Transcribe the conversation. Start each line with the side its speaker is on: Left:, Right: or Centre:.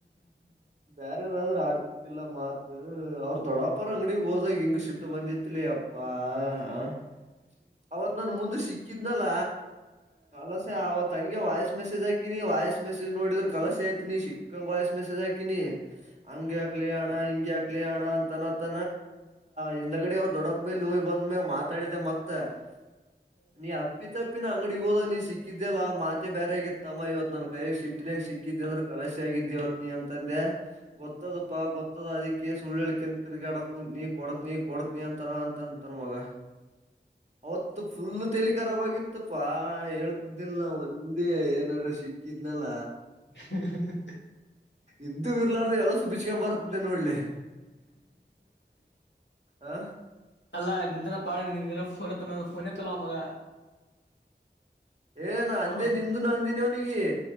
Right: ಬೇರೆ ಯಾರಾದ್ರೂ ಆಡ್ತಿಲ್ಲ ಮಾತ್. ಅವ್ರ ದೊಡ್ಡಾಪ್ಪಾರ ಅಂಗಡಗ್ ಹೋದಾಗ ಹಿಂಗ್ ಸಿಟ್ಟು ಬಂದಿತ್ಲಿ ಅಪ್ಪಾ. ಹಾ ಹ ಅವತ್ ನನ್ ಮುಂದೆ ಸಿಕ್ಕಿದ್ನಲ್ಲ. ಕಲಸೆ ಆವತ್ ಹಂಗೆ ವಾಯ್ಸ್ ಮೆಸೇಜ್ ಆಾಕಿನ ವಾಯ್ಸ್. ಮೆಸೇಜ್ ನೋಡಿದ್ರೆ ಕಲಸೆ ಆಯ್ತನಿ ಚಿಕ್ಕಂಗ್ ವಯಸ್ ಮೆಸೇ್ ಹಾಕಿನಿ ಹಂಗೆ ಹಾಕ್ಲಿ ಹಣ್ಣ ಹ ಹಾಕ್ಲಿ ಹಣ್ಣ ಅಂತನತ್ತ ಹಿಂದಗಡಿ ಅವ್ ದೊಡ್ಡ ಮೇಲೊಯಿ ಬಂದ್ಮೇ ಮಾತಾಡಿದೆ ಮತ್ತೆ. ಮತ್ತ ನೀ ಅಪ್ಪಿ ತಪ್ಪಿನ ಅಂಗಡಿಗೆ ಹೋದ ನೀ ಸಿಕ್ಕಿದ್ಯಲ್ಲ ಮಾತೆ. ಬೇರೆ ಆಗಿತ್ತಮ್ಮ ಇವತ್ ನನ್ ಕೈಯ ಸಿಟ್ಟಿನಾಗ ಸಿಕ್ಕಿದ ಅಂದ್ರೆ ಕಲಸಿ ಆಗಿದ್ದ ಇವತ್ ನೀ ಅಂತಂದೆ ಗೊತ್ತ. ಪಾ ಗೊತ್ತದ ಅದ ಕೇ ಸುಳ್ಳಳ್ಿಕಂತ ತಿರುಗಾಡಕ ಕುತ್ ನೀ ಕೊಡತ್ ನೀ ಕೊಡತ್ ನೀ ಅಂತ ಅಂತ ಅಂತಾರ್ ಮಗ. ಅವತ್ತು ಫುಲ್ ತೆಲಿ ಖರಬತ್ತಪ್ಪಾ ಹೇಳ್ತಿದ್ದಿಿಲ್ಲ ನ ಒಂದೇ ಏನಾರ ಸಿ ಇದ್ನಲ್ಲ.
Left: ಕ <unintelligible>
Right: ಇದ್ದು ಇರ್ಲಾರ್ದು ಎಲ್ಲೋ ಸು ಬಿಚ್ಕೊ್ ಬರ್ತಿದ್ದೆ ನೋಡ್ಲಿ. ಆ
Left: ಅಲ್ಲ ಿನ ಪಾ ನಿ ೋನ್ ಫೋನತ್ತಲ್ಲ ಮಗ.
Right: ಏ ನಾ ಅಂದೇ
Left: ಅವ
Right: ನಿಂದು ನ ಅಂದಿನವ್ನಿಗೆ.